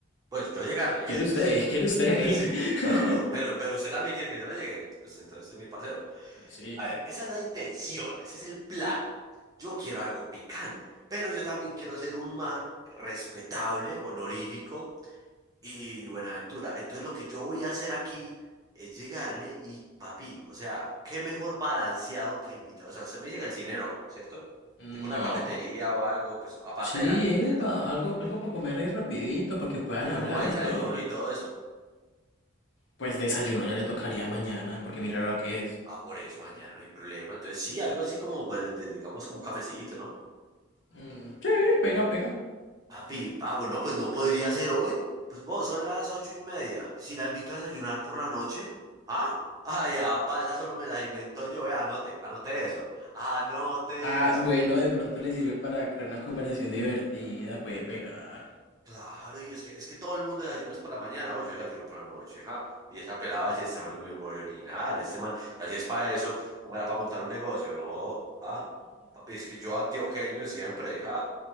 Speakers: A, on the right; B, on the left.
A: Bueno, yo llegarle,
B: ¿quiere usted? <laughs> ¿Quiere usted?
A: <laughs> sí. Bueno,
B: <laughs>
A: lo- pero, pero usted también quiere que yo le llegue, pues entonces usted es mi parcero.
B: Bueno, sí.
A: A ver, esa es la intención, ese es el plan. Yo quiero algo picante, pero yo también quiero ser un man respetable, honorífico y buena aventura. Entonces lo que yo voy a hacer aquí es llegarle y papi, o sea, qué mejor balanceado que invitado. O sea, usted me dice que el cine no, ¿cierto?
B: No.
A: Tipo una cafetería o algo, pues aparte
B: Sí,
A: de la que donde
B: epa,
A: ella trabaja.
B: algo, algo para comer ahí rapidito, para que puedan
A: Yo
B: hablar
A: como desayuno
B: y todo.
A: y todo eso.
B: Pues desayuno ya le tocaría mañana, porque mira la hora que es.
A: Ah, por eso mañana no hay problema. Entonces sí, algo así como, pues, de- digamos, como un cafecito, ¿no?
B: Mm, sí, pega, pega.
A: Papi, ah, bueno, pues no podría ser hoy. Pues vos, son las ocho y media. Si la invito a desayunar por la noche, ¿ah? Ay, ah, pa, esa solo me la invento yo, eh, anote, anote eso, anote
B: Ah,
A: eso.
B: bueno, de pronto le sirve para crear una conversación divertida, puede pegar.
A: Claro, y es que, es que todo el mundo desayuna es por la mañana, oye, yo desayuno por la noche, ja. Y esa pelada, si este man es muy original, este man, si así es para eso, ¿cómo era para montar un negocio? No, ah, papi, es que yo antioqueño siempre, ja.